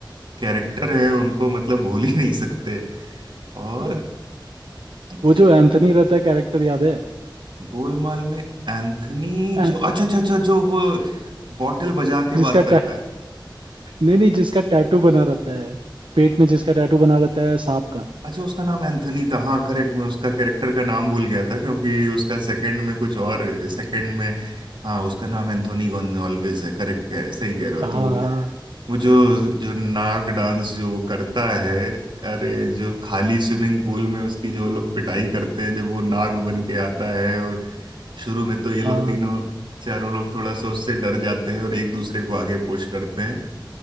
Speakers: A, on the right (about 70°); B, on the right (about 80°).
A: कैरेक्टर है उनको मतलब भूल ही नहीं सकते और
B: तो
A: ए-
B: वो जो एंथनी रहता है कैरेक्टर याद है
A: गोलमाल में एंथनी
B: ए-
A: जो अच्छा अच्छा अच्छा जो वो बॉटल बजा के
B: जिसका
A: बात
B: टा...
A: करता है
B: नहीं नहीं जिसका टैटू बना रहता है पेट में जिसका टैटू बना रहता है सांप का
A: अच्छा उसका नाम एंथनी था हाँ करेक्ट मैं उसका कैरेक्टर का नाम भूल गया था क्योंकि उसका सेकंड में कुछ और सेकंड में हाँ उसका नाम एंथोनी गोन्जाल्विस है करेक्ट कह रहे सही कह रहे हो
B: हाँ
A: तो
B: हाँ
A: वो जो जो नाग डांस जो वो करता है अरे जो खाली स्विमिंग पूल में उसकी जो लोग पिटाई करते हैं जब वो नाग बन के आता है और शुरू में तो ये लोग
B: हाँ
A: तीनों चारों लोग थोड़ा सा उससे डर जाते हैं और एक दूसरे को आगे पुश करते हैं